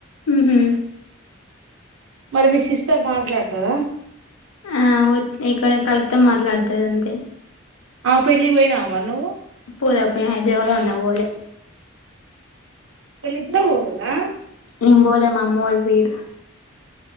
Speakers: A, on the left (about 90°); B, on the right (about 70°).
A: మ్హు
B: మరి మీ సిస్టర్ మాట్లాడతదా
A: ఆ ఒ ఇక్కడ కలుపుతో మాట్లాడుతది అంతే.
B: ఆ పెళ్లికి పోయినావా మరి నువ్వు?
A: పోలే పోయినయి దేవదా అన్న పోలే.
B: వీళ్లిద్దర్ పోలేదా?
A: మేం పోలె మా అమ్మవాళ్ళు పోయిర్రు.